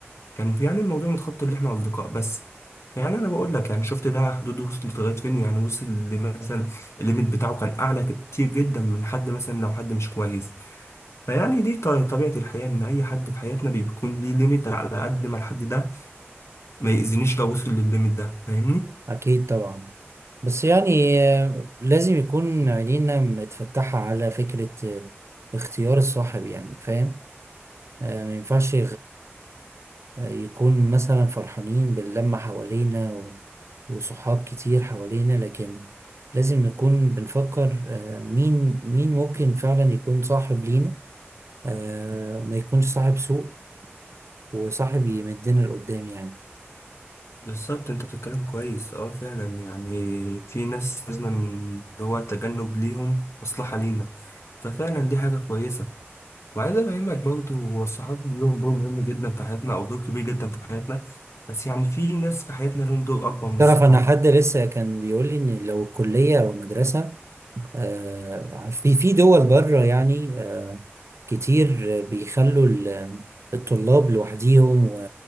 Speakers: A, on the left (about 85°); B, on the right (about 85°).
A: كان في يعني الموضوع متخطى اللي إحنا أصدقاء بس يعني أنا بقول لك يعني شفت ده حدوده وصلت لغاية فين يعني وصل لمثلا الليميت بتاعه كان أعلى كتير جدا من حد مثلا لو حد مش كويس فيعني دي ط- طبيعة الحياة إن أي حد في حياتنا بيكون ليه ليميت على قد ما الحد ده ما يأذينيش لو وصل للليميت ده فاهمني؟
B: اكيد طبعا بس يعني آه، لازم يكون عينينا متفتحة على فكرة آه، اختيار الصاحب يعني فاهم آه، ما ينفعش يكون مثلا فرحانين باللمة حوالينا و- وصحاب كتير حوالينا لكن لازم نكون بنفكر آه، مين مين ممكن فعلا يكون صاحب لينا آه، ما يكونش صاحب سوء وصاحب يمدنا لقدام يعني
A: بالظبط انت بتتكلم كويس اه فعلا يعني في ناس لازم اللي هو التجنب ليهم مصلحة لينا ففعلا دي حاجة كويسة وعايز افهمك برضه هو الصحاب ليهم دور مهم جدا في حياتنا او دور كبير جدا في حياتنا بس يعني في ناس في حياتنا لهم دور اكبر من
B: تعرف
A: الصحاب
B: انا حد لسه كان بيقول لي ان لو الكليه او المدرسه آه، في في دول بره يعني آه، كتير بيخلوا ال- الطلاب لوحديهم